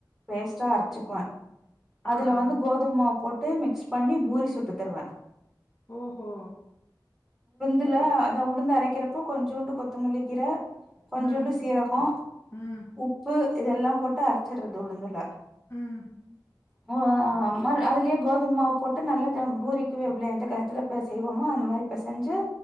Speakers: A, in the centre; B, on the left.
A: பேஸ்ட்டா அரச்சிக்குவ அதுல
B: ஆ, ஆ.
A: வந்து கோதுமமாவு போட் ட்டு மிக்ஸ் பண்ணி பூரி சுட்டுத் தருவ
B: ஓஹோ
A: தில்ல
B: ப
A: அத உழுந்த அரைக்கிறப்போ கொஞ்சோண்டு கொத்தமல்லிக்கீற கொஞ்சோண்டு
B: ம்,
A: சீரகோ
B: ம்,
A: உப்பு இதெல்லாம் போட்டு அரைச்சர்றது உழுந்துல
B: உம்
A: ஓ அ ஆம் அதுலயே கோதும் மாவு போட்டு நல்லா பூரிக்குவே இவ்ளோ எந்த கணத்துல செய்வோமோ அந்த மாரி பெசஞ்சு